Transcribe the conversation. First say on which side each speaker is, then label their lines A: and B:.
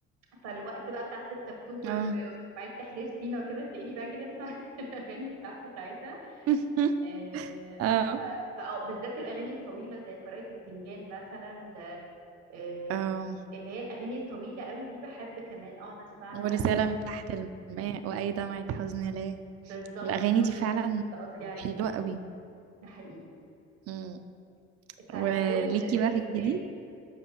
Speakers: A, on the right; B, on the right.
A: فالوقت بقى بتاع 6
B: اه
A: اكتوبر و- وعيد تحرير سيناء وكده تلاقيني بجري اسمع <laughs> الاغاني بتاعته ساعتها
B: <laughs>
A: آه،
B: اه
A: فأه بالذات الأغاني الطويلة زي قراءة الفنجان مثلا آه،
B: اه
A: اللي هي الأغاني الطويلة قوي دي بحب كمان أقعد أسمعها
B: ورسالة من تحت الماء وأي دمعة حزن ليه
A: بالظبط
B: الأغاني
A: دول
B: دي فعلا
A: دول اللي قصدي عليهم
B: حلوة قوي
A: ده حقيقي
B: مم.
A: ف- فدول
B: وليكي
A: دول
B: بقى
A: القدام
B: في الجديد